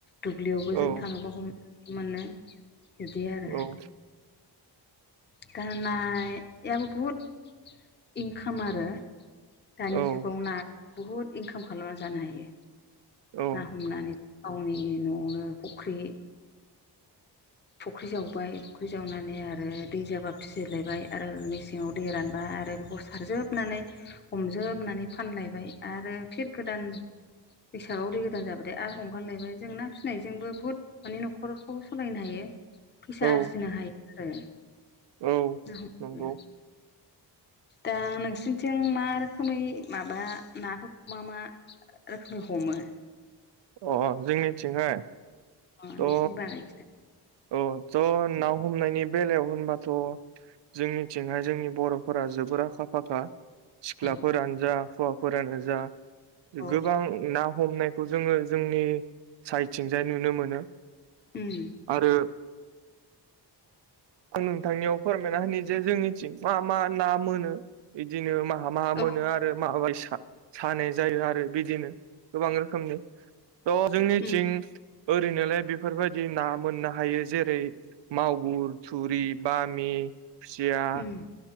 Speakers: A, on the left; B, on the right.
A: दुब्लियावबो
B: औ
A: जों थाङोबा <unintelligible> मोनो बिदि आरो
B: औ
A: दनायाबो बहुद इनकाम आरो दानि
B: औ
A: जुगाव ना बहुद इनकाम खालामना जानो हायो
B: औ
A: ना हमनानै गावनि न'आवनो फुख्रि
B: <inaudible>
A: फुख्रि जावबाय फुख्रि जावनानै आरो दै जाबा फिसिलायबाय आरो मेसेङाव दै रानबा आरो बे सारजोबनानै हमजोबनानै फानलायबाय आरो फिर गोदान बेैसागोआव दै गोदान जाबाथाय आरो हगारलायबाय जों ना फिसिनायजोंबो बुहुद माने न'खरखौ सालायनो हायो फैसा
B: औ
A: आरजिनो हायो आरो
B: औ
A: ना हमनानै
B: नोंगौ
A: दा नोंसरनिथिं मा रोखोमै माबा नाफोरखौ मा मा रोखोमनि हमो
B: अ जोंनिथिंहाय
A: <unintelligible>
B: थ' औ ज' ना हमनायनि बेलायाव होनबाथ' जोंनिथिंहाय जोंनि बर'फोरा जोबोर आखा फाखा सिख्लाफोरानो
A: औ
B: जा हौवाफोरानो जा
A: औ
B: गोबां ना हमनायखौ जोङो जोंनि साइडथिंजाय नुनो मोनो
A: उम
B: आरो आं नोंथांनियाव फोरमायना होनि जे जोंनिथिं मा मा ना मोनो बिदिनो मा मा मा
A: औ
B: मोनो आरो माबायसा सानाय जायो आरो बिदिनो गोबां रोखोमनि थ' जोंनिथिं
A: उम
B: ओरैनोलाय बेफोरबायदि ना मोननो हायो जेरै मावागुर थुरि बामि खुसिया
A: उम